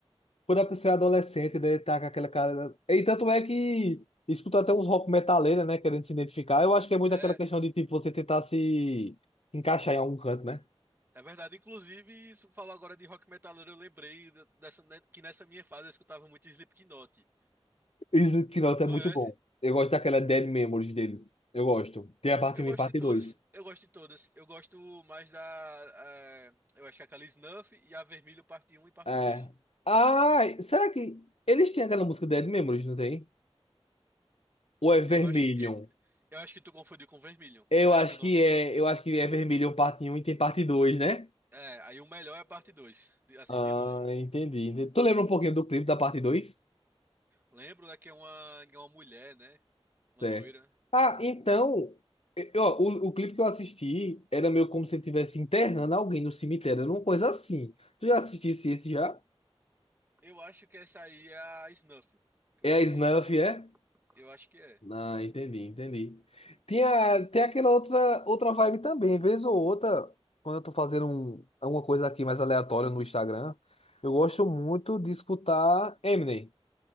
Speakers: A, on the left; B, on the right.
A: Quando a pessoa é adolescente, né, tá com aquela cara. né? E tanto é que escuta até uns rock metaleira, né, querendo se identificar. Eu acho que é muito
B: é
A: aquela questão de tipo você tentar se encaixar em algum canto, né?
B: É verdade, inclusive, você falou agora de rock metaleiro, eu lembrei de- dessa, né, que nessa minha fase eu escutava muito Slipknot.
A: Esse Knot
B: Conhece?
A: é muito bom. Eu gosto daquela Dead Memories deles. Eu gosto. Tem a parte
B: Eu
A: um
B: gosto
A: e parte
B: de todas,
A: dois.
B: eu gosto de todas. Eu gosto mais da. eh, eu acho que é aquela Snuff e a Vermelho parte Um e parte
A: É.
B: 2.
A: Ah, será que eles têm aquela música Dead Memories, não tem? Ou é Vermilion?
B: Eu acho que. eh, Eu acho que tu confundiu com Vermilion.
A: Eu
B: Eu acho
A: acho
B: que o nome.
A: que é, eu acho que é Vermilion parte um e tem parte 2, né?
B: É, aí o melhor é a parte 2, de- assim,
A: Ah,
B: de longe.
A: entendi. entendi. Tu lembra um pouquinho do clipe da parte 2?
B: Lembro da que é uma, é uma mulher, né? Uma
A: Certo.
B: loira.
A: Ah, então, eu- ó, o, o clipe que eu assisti era meio como se ele estivesse internando alguém no cemitério, era uma coisa assim. Tu já assistisse esse já?
B: Eu acho que essa aí é a Snuff, que
A: É
B: eu falei.
A: a Snuff, é?
B: Eu acho que é.
A: Ah, entendi, entendi. Tinha, tem aquela outra, outra vibe também, vez ou outra, quando eu tô fazendo um, alguma coisa aqui mais aleatória no Instagram, eu gosto muito de escutar Eminem.